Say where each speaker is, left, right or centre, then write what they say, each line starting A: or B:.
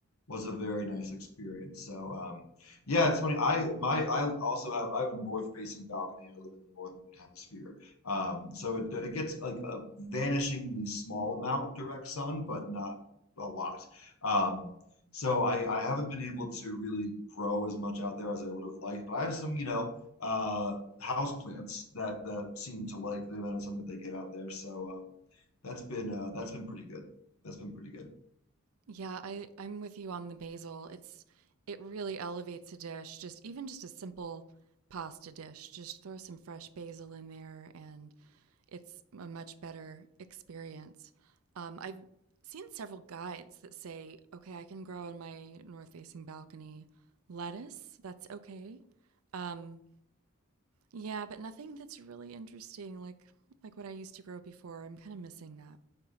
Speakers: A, on the left; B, on the right.
A: was a very nice experience. So um, yeah, it's funny. I my I also have I have a north facing balcony. I live in the northern hemisphere, um, so it it gets like a vanishingly small amount of direct sun, but not a lot. Um, so I I haven't been able to really grow as much out there as I would have liked. But I have some you know uh, house plants that that seem to like the amount of sun that they get out there. So um, that's been uh, that's been pretty good. That's been pretty good.
B: Yeah, I, I'm with you on the basil. It's, it really elevates a dish. Just even just a simple pasta dish. Just throw some fresh basil in there and it's a much better experience. Um, I've seen several guides that say, okay, I can grow on my north facing balcony lettuce. That's okay. Um, yeah, but nothing that's really interesting, like like what I used to grow before. I'm kind of missing that.